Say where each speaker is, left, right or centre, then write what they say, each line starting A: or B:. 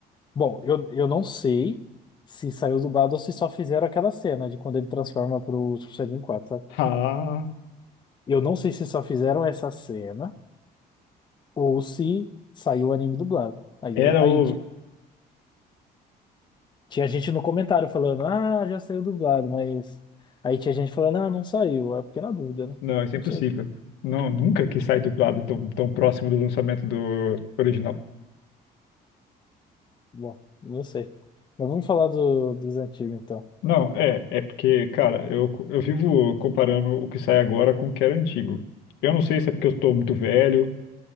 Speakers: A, on the left (about 25°); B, on the left (about 85°).
A: Bom, eu, eu não sei se saiu dublado ou se só fizeram aquela cena de quando ele transforma pro Super Saiyajin quatro sabe?
B: Ah,
A: Eu não sei se só fizeram essa cena ou se saiu o anime dublado. Aí,
B: era
A: eu, aí
B: o.
A: ti- tinha gente no comentário falando, ah, já saiu dublado, mas. Aí tinha gente falando, ah, não saiu. É porque na dúvida, né?
B: Não, isso
A: Não
B: é impossível.
A: sei.
B: Não, nunca que sai dublado tão, tão próximo do lançamento do original.
A: Bom, não sei. Mas vamos falar do, dos antigos então.
B: Não, é, é porque, cara, eu, eu vivo comparando o que sai agora com o que era antigo. Eu não sei se é porque eu estou muito velho,